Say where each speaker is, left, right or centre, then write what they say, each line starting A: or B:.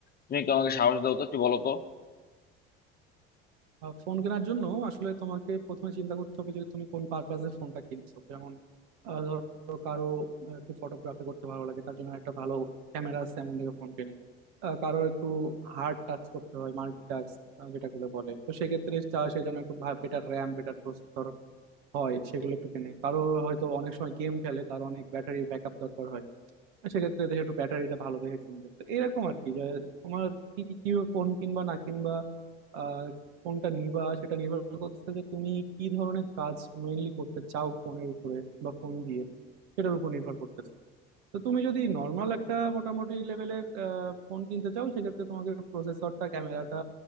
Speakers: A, on the left (about 30°); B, on the right (about 75°).
A: তুমি একটু আমাকে সাহস দাও তো একটু বলো তো
B: ফোন কেনার জন্য আসলে তোমাকে প্রথমে চিন্তা করতে হবে যে তুমি কোন পারপাসে ফোনটা কিনছো যেমন আহ, ধরো কারো আহ, একটু ফটোগ্রাফি করতে ভালো লাগে তার জন্য একটা ভালো ক্যামেরা আছে এমন দেখে ফোন কেনে আহ, কারো একটু হার্ড টাচ করতে হয় মাল্টি টাস্ক যেটাগুলো বলে তো সেক্ষেত্রে চায় সে যেন একটু বেটার র্যাম বেটার প্রসেসর হয় সেগুলো একটু কিনে কারো হয়তো অনেক সময় গেম খেলে তার অনেক ব্যাটারি ব্যাকআপ দরকার হয় আর সেক্ষেত্রে দেখে একটু ব্যাটারিটা ভালো দেখে কিনবে তো এরকম আর কি যে তোমার কি কি কি ফোন কিনবা না কিনবা আহ কোনটা নিবা সেটা নির্ভর করছে যে তুমি কি ধরনের কাজ মেইনলি করতে চাও ফোনের উপরে বা ফোন দিয়ে সেটার উপর নির্ভর করতেছে তো তুমি যদি নর্মাল একটা মোটামুটি লেভেলের ফোন কিনতে চাও সেক্ষেত্রে তোমাকে প্রসেসরটা ক্যামেরাটা